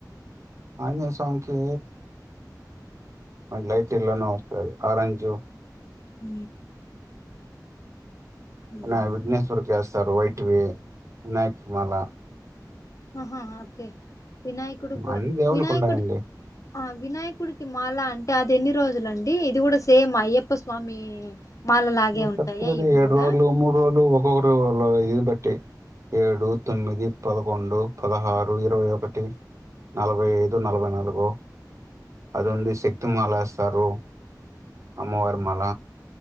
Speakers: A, on the right; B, on the left.
A: ఆంజనేయ స్వామి కీ లైట్ ఎల్లో నే వస్తాది ఆరెంజ్ జు
B: హ ఉమ్.
A: ఉ అ విఘ్నేశ్వర్ కస్త స వాయిట్ వి వినాయక మలా
B: ఆహాా ఓకే వినాయకుడికి కూడా
A: అన్ని దేవుళ్లు
B: వినాయకుడి
A: కి ఉండయండి
B: ఆ వినాయకుడికి మాల అంటే అది ఎన్ని రోజులండి ఇది కూడా సేమ్ అయ్యప్ప స్వామి మాల లాగే
A: కరెక్ట్
B: ఉంటాయా
A: గా అయితే
B: ఇవి
A: ఏడ్
B: కూడా
A: రోజలుూ మూడు రోజలు వ ఇంక్కొకరులో ఇన్ని బట్టి ఏడు తొమ్మిది పదకొండు పదహారు ఇరవై ఒకటి నలభై ఐదు నలభై నాలుగు అది ఉంది శక్తిమాల వేస్తారు అమ్మవారి మాల